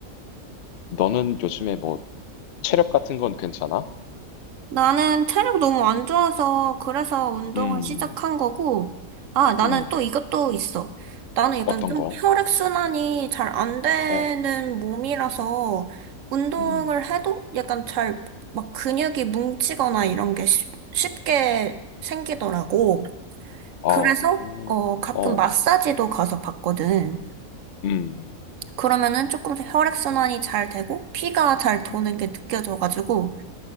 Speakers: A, on the left; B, on the right.
A: 너는 요즘에 뭐 체력 같은 건 괜찮아?
B: 나는 체력 너무 안 좋아서 그래서 운동을
A: 음,
B: 시작한 거고, 아, 나는
A: 음,
B: 또 이것도 있어. 나는 약간
A: 어떤
B: 좀
A: 거?
B: 혈액순환이 잘 안 되는
A: 어,
B: 몸이라서 운동을
A: 음,
B: 해도 약간 잘 막 근육이 뭉치거나 이런 게 쉽- 쉽게 생기더라고.
A: 아,
B: 그래서,
A: 음,
B: 어, 가끔
A: 어,
B: 마사지도 가서 받거든.
A: 음,
B: 그러면은 조금 혈액순환이
A: 음,
B: 잘 되고, 피가 잘 도는
A: 음,
B: 게 느껴져가지고,